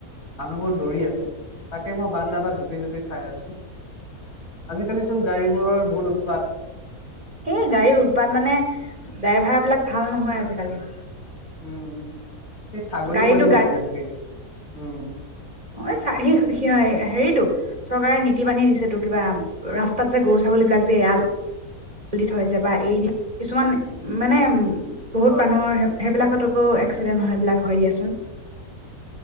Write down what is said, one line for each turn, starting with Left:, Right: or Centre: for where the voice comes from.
Left: মানুহবোৰ দৌৰি আছে তাকে মই বান্জা জঝুপি ঝুপি চাই আছো আজিকালি টো গাড়ীবোৰৰ পাত
Right: এই গাড়ীৰ উৎপাত মানে ড্ৰাইভাৰ বিলাক ভাল নহয় আজিকালি
Left: উম ছাগলী
Right: গাড়ীটো
Left: পোৱালি মাৰিবিললে চাগে উম
Right: অ চ স সি হেৰিতটো চৰকাৰে নীতি বান্ধি দিছেতো কিবা ৰাস্তাত যে গৰু ছাগলী বিলাক যে এৰাল দি থৈ যে বা এইদ কিছুমান মানে উ বহুত
Left: হয়,
Right: মানুহৰ সেইবিলাকতো এক্সিডেন্ট হয়বলাক হয় দিয়াচোন